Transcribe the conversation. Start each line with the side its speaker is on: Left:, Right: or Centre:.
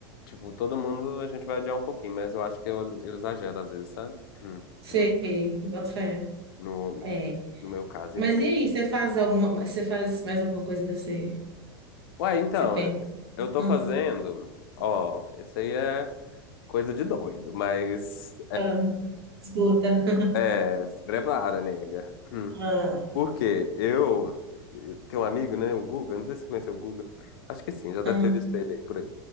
Left: Tipo, todo mundo a gente vai adiar um pouquinho, mas eu acho que eu, eu exagero às vezes, sabe? Hum.
Right: Sei,
Left: No,
Right: boto fé.
Left: no,
Right: É.
Left: no meu caso,
Right: Mas
Left: enfim.
Right: e aí, você faz alguma, você faz mais alguma coisa que você,
Left: Ué, então,
Right: você pensa?
Left: eu, eu tô
Right: Ah,
Left: fazendo. Ó, isso aí é coisa de doido, mas.
Right: ah, escuta. <laughs>
Left: É, se prepara, nega. Hum.
Right: Ah,
Left: Porque eu eu tenho um amigo, né, o Guga, não sei se você conheceu o Guga, acho que sim, já deve
Right: ah,
Left: ter visto ele aí por aí.